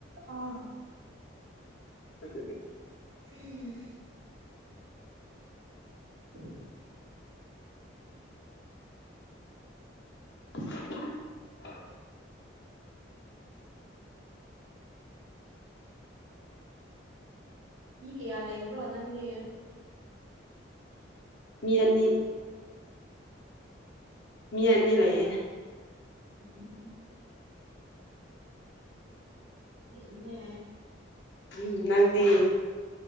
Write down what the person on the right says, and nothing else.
ꯑꯥ
ꯐꯤ <inaudible>
ꯃꯤ ꯀꯌꯥ ꯂꯩꯕ꯭ꯔꯣ ꯅꯪꯒꯤ
ꯎꯝ ꯏꯟꯅ